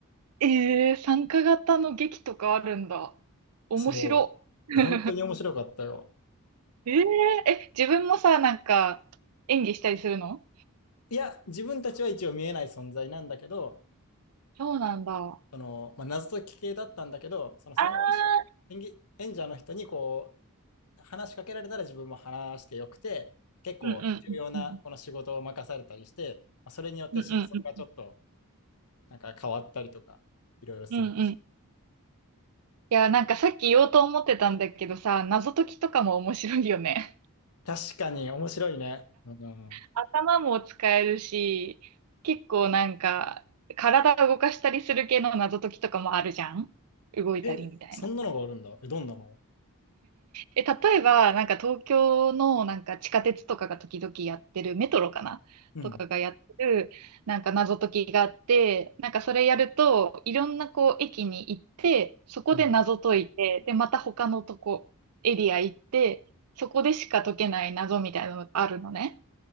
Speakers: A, on the right; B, on the left.
A: えー、参加型の劇とかあるんだ。面白。
B: そう、
A: <laughs>
B: 本当に面白かったよ。
A: えー、え、自分もさ、なんか演技したりするの
B: いや、自分たちは一応見えない存在なんだけど、
A: そうなんだ。
B: その、まあ、謎解き系だったんだけど、その参加し、
A: ああ、
B: 演技、演者の人にこう、話しかけられたら自分も話してよくて、結構重要なこの仕事を任されたりして、
A: うんうんうんうん。
B: まあ、それによって真相がちょっと
A: うんうんうん。
B: なんか変わったりとか、いろいろするらしい。
A: うんうん。いや、なんかさっき言おうと思ってたんだけどさ、謎解きとかも面白いよね。
B: 確かに面白いね。うん。
A: <laughs> 頭も使えるし、結構なんか、体を動かしたりする系の謎解きとかもあるじゃん動いたりみたいな。
B: え、そんなのがあるんだ。え、どんなの
A: え、例えば、なんか東京のなんか地下鉄とかが時々やってる、メトロかなとかがやってる、
B: うん。
A: なんか謎解きがあって、なんかそれやると、いろんなこう駅に行って、そこで謎解いて、
B: うん。
A: で、また他のとこ、エリア行って、そこでしか解けない謎みたいなのがあるのね。